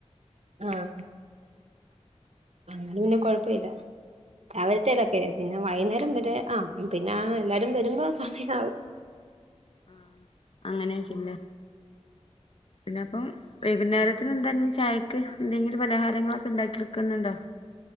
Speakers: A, on the right; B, on the left.
A: ആഹ് അങ്ങനെ പിന്നെ കൊഴപ്പല്ല. രാവിലത്തലൊക്കെ പി പിന്നെ വൈകുന്നേരം വരെ ആഹ് പിന്നെ എല്ലാരും വര്മ്പ സമയാവും.
B: ആഹ് അങ്ങനെ ചെയ്യുംലേ. പിന്നെപ്പം വൈകുന്നേരത്തിന് എന്താഞ്ഞി ചായക്ക്, എന്തെങ്കിലും പലഹാരങ്ങളൊക്കെ ണ്ടാക്കിട്ക്ക്ന്ന്ണ്ടോ?